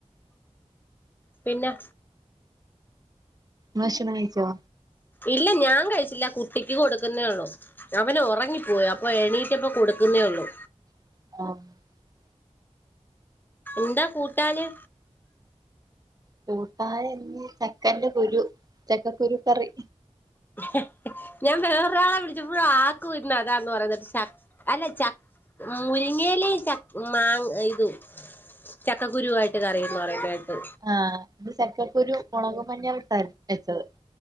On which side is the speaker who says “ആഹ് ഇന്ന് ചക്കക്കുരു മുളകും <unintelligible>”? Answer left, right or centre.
Right